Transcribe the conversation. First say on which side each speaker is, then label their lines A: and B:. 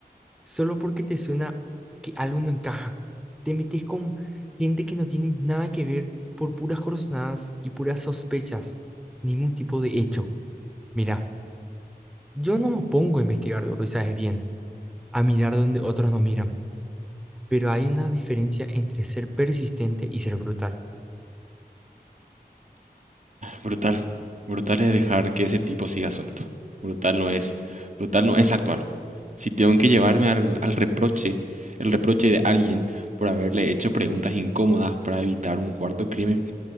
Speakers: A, in the centre; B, on the right.
A: solo porque te suena que algo no encaja. Te metes con gente que no tiene nada que ver por puras corazonadas y puras sospechas, ningún tipo de hecho. Mira, yo no me pongo a investigar duro y sabes bien, a mirar donde otros no miran, pero hay una diferencia entre ser persistente y ser brutal.
B: Brutal. Brutal es dejar que ese tipo siga suelto. Brutal no es, brutal no es actuar. Si tengo que llevarme al, al reproche, el reproche de alguien por haberle hecho preguntas incómodas para evitar un cuarto crimen,